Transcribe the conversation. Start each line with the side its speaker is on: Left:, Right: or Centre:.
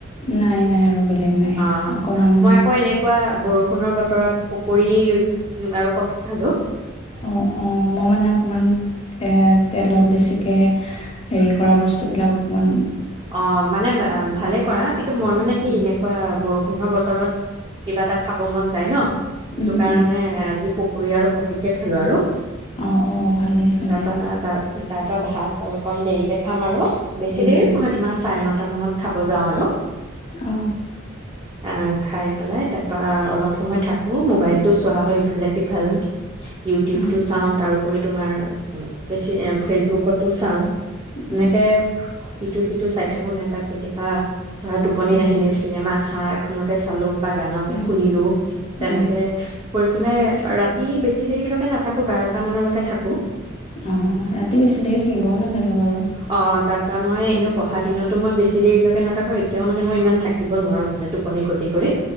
Left: নাই নাই আৰু বেলেগ নাই।
Right: অ',
Left: অকমান
Right: মই আকৌ এনেকুৱা বৰষুণৰ বতৰত পকৰী আৰু কফি খালো।
Left: অ অ মই মানে অকমান এ তেলত বেছিকে হেৰি কৰা বস্তুবিলাক অকণমান
Right: অ মানে ভালে কৰা। কিন্তু মই মানে কি
Left: উম,
Right: এনেকুৱা বৰষুণ বষুণৰ বতৰত কিবা এটা খাব মন যায় ন। সেইটো
Left: উম,
Right: কাৰণে
Left: উম।
Right: আজি প কৰি আৰু কফিকে খালো আৰু।
Left: অ অ ভালেই ভালে।
Right: তাৰপা তাৰ পৰা ভাত অকণ দেৰিকে খাম আৰু। বেছি
Left: উম,
Right: দেৰি
Left: উম।
Right: আমাৰ চাৰে নটা মানত খাব যাওঁ আৰু।
Left: অ।
Right: আ খাই পেলাই তাৰপা অলপ সময় থাকো। ম'বাইলটো চোৱা হয় ইফালে সিফাল ইউটিউবটো
Left: অ', উম,
Right: চাওঁ তাৰোপৰি তোমাৰ বেছি ফেচবুকতো চাওঁ। এনেকে
Left: উম,
Right: ইটো সিটো চাই থাকো। নাইবা কেতিয়াবা ধৰা টোপনি
Left: উম,
Right: নাহিলে চিনেমা আছ চাহ এখনকে চালো। বা গানকে
Left: উম,
Right: শুনিলো। তেনেকে
Left: উম,
Right: কৰি পেলাই ৰাতি বেছি দেৰিলৈকে নাথাকোঁ বাৰটামানলৈকে থাকোঁ।
Left: অ ৰাতি বেছি দেৰি থাকিবও নালাগে বাৰু।
Right: অ তাৰপা মই এনেও পঢ়া দিনতো মই বেছি দেৰিলৈকে নাথাকোঁ এতিয়াও মানে মই ইমান থাকিব নোৱাৰোঁ মানে টোপনি ক্ষতি কৰি।